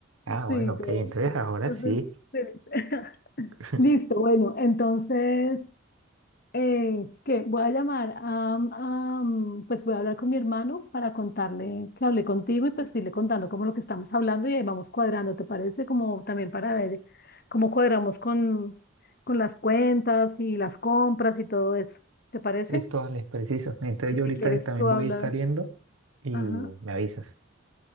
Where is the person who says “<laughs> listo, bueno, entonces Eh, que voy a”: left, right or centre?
Left